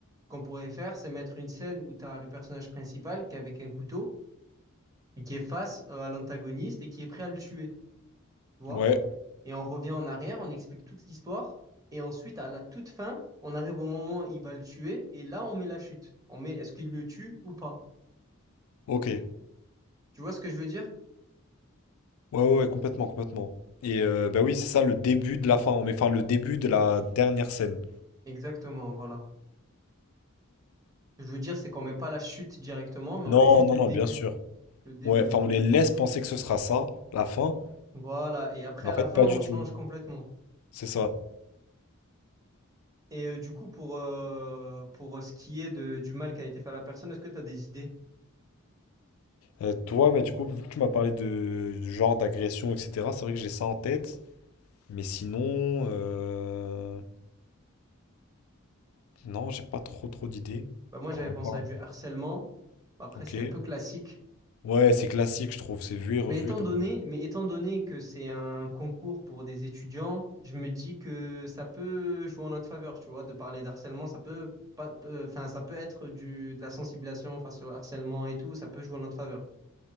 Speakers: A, on the right (about 15°); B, on the left (about 80°).
A: qu'on pourrait faire, c'est mettre une scène où tu as le personnage principal qui est avec un couteau et qui est face, euh, à l'antagoniste et qui est prêt à le tuer, tu vois?
B: ouais,
A: Et on revient en arrière, on explique toute l'histoire et ensuite, à la toute fin, on arrive au moment où il va le tuer et là, on met la chute. On met est-ce qu'il le tue ou pas?
B: ok.
A: Tu vois ce que je veux dire?
B: Ouais, ouais, ouais, complètement, complètement. Et euh, bah oui, c'est ça le début de la fin, mais enfin le début de la dernière scène.
A: Exactement, voilà. Ce que je veux dire, c'est qu'on met pas la chute directement, mais
B: Non,
A: on met juste
B: non,
A: le
B: non,
A: début.
B: bien sûr.
A: le début.
B: Ouais, enfin on les laisse penser que ce sera ça, la fin,
A: Voilà, et après
B: mais en
A: à la
B: fait
A: fin,
B: pas
A: on
B: du tout.
A: change complètement.
B: C'est ça.
A: Et euh, du coup, pour, euh, pour ce qui est de, du mal qui a été fait à la personne, est-ce que tu as des idées?
B: Euh, toi, bah du coup, vu que tu m'as parlé de du genre d'agression, etc., c'est vrai que j'ai ça en tête, mais sinon, euh... non, j'ai pas trop trop d'idées.
A: Bah, moi, j'avais
B: Enfin,
A: pensé
B: pas-
A: à du
B: hein.
A: harcèlement. Bah, Après,
B: Ok.
A: c'est un peu classique.
B: Ouais, c'est classique, je trouve, c'est vu et revu,
A: Mais étant
B: donc
A: donné, mais étant donné que c'est un concours pour des étudiants, je me dis que ça peut jouer en notre faveur, tu vois, de parler d'harcèlement, ça peut pas, euh, enfin, ça peut être du, de la sensibilisation face au harcèlement et tout, ça peut jouer en notre faveur.